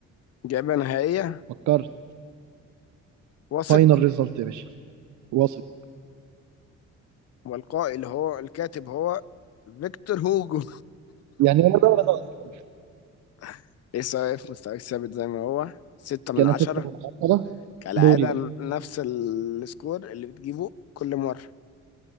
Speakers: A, on the left; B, on the right.
A: إجابة نهائية
B: فكرت
A: واثق
B: فاينل ريزلت يا باشا واثق
A: والقائل اللي هو الكاتب هو فيكتور هوجو
B: يعني ولا ده ولا ده اصلا
A: <laughs> لسه واقف مستواك ثابت زي ما هو ستة من
B: كان
A: عشرة
B: 6 من 10
A: كالعادة
B: دوري بقى
A: نفس السكور اللي بتجيبه كل مرة